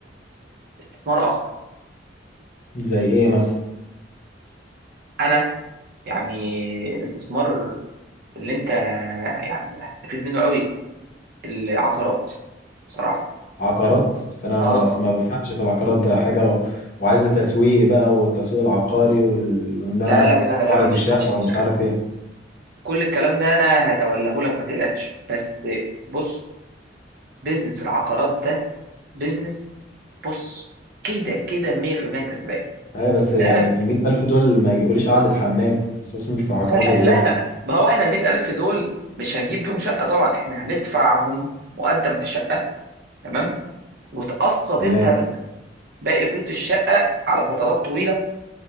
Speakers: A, on the right; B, on the left.
A: استثمار آخر
B: زي ايه مثلا
A: أنا يعني الاستثمار اللي أنت يعني هتستفيد منه قوي العقارات بصراحة
B: عقارات بس انا
A: اه
B: ما, بف... ما بفهمش في العقارات ده حاجه و... وعايزه تسويق بقى والتسويق العقاري وال... وان انا
A: لا لا لا لا
B: اعرض
A: ما تشغلش
B: الشقه
A: دماغك
B: ومش عارف
A: بص،
B: ايه
A: كل الكلام ده انا هتوليه لك ما تقلقش بس بص بيزنس العقارات ده بيزنس بص كده كده 100% كسبان
B: ايوه بس
A: لا
B: يعني ال 100000 دول ما يجيبوليش قعده حمام استثمر في
A: <laughs>
B: عقارات ازاي
A: لا ما هو احنا ال 100000 دول مش هنجيب بيهم شقه طبعا احنا هندفعهم مقدم في شقه تمام وتقسط
B: تمام
A: انت بقى باقي فلوس الشقه على فترات طويله